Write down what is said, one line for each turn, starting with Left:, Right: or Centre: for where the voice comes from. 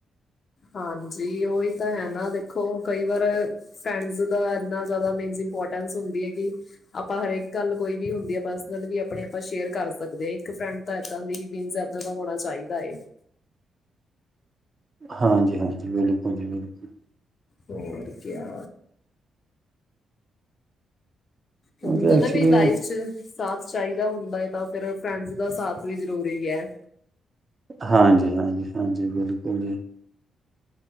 Left: ਹਾਂਜੀ, ਉਹੀ ਤਾਂ ਹੈ ਨਾ ਦੇਖੋ। ਕਈ ਵਾਰ ਫ੍ਰੈਂਡਸ ਦਾ ਇਨਾ ਜਿਆਦਾ ਮੀਨਸ, ਇੰਪੋਰਟੈਂਸ ਹੁੰਦੀ ਹੈ, ਕਿ ਆਪਾਂ ਹਰੇਕ ਗੱਲ ਕੋਈ ਵੀ ਹੁੰਦੀ ਆ, ਪਰਸਲ ਵੀ, ਆਪਣੇ ਆਪਾਂ ਸ਼ੇਅਰ ਕਰ ਸਕਦੇ ਹਾ ਇੱਕ ਫਰੈਂਡ ਤਾ ਐਦਾ ਦੀ ਮੀਨਸ ਐਦਾ ਦਾ ਹੋਣਾ ਚਾਹੀਦਾ ਐ।
Right: ਹਾਂਜੀ- ਹਾਂਜੀ, ਬਿਲਕੁਲ ਜੀ ਬਿਲਕੁਲ।
Left: ਹੋਰ ਕਿਆ
Right: ਕਿਉਂਕਿ
Left: ਉਹ ਹੁੰਦਾ
Right: ਐਕਚੁਲੀ
Left: ਨਾ ਵੀ ਲਾਈਫ ਚ ਸਾਥ ਚਾਹੀਦਾ ਹੁੰਦਾ ਹੈ। ਤਾਂ ਫੇਰ ਫਰੈਂਡਸ ਦਾ ਸਾਥ ਵੀ ਜ਼ਰੂਰੀ ਹੈ।
Right: ਹਾਂਜੀ, ਹਾਂਜੀ -ਹਾਂਜੀ ਬਿਲਕੁਲ ਜੀ।